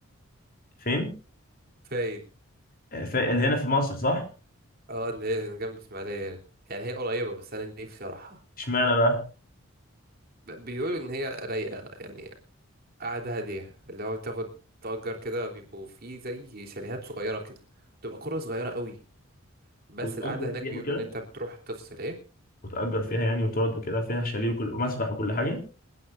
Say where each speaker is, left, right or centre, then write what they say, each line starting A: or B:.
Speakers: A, on the left (about 45°); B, on the right (about 45°).
A: فين
B: فايد
A: آه، في هنا في مصر صح
B: اه اللي هي هنا جنب اسماعيليه هنا يعني هي قريبه بس انا نفسي اروحها
A: اشمعنى بقى
B: ب- بيقولوا ان هي رايقه يعني قاعده هاديه اللي هو تاخد تأجر كده بيبقوا فيه زي شاليهات صغيره كده بتبقى قرى صغيره قوي بس
A: وتأجر
B: القعده هناك
A: فيها
B: بيقولوا
A: وكده
B: ان انت بتروح تفصل ايه
A: وتأجر فيها يعني وتقعد وكده فيها شاليه وكل ومسبح وكل حاجة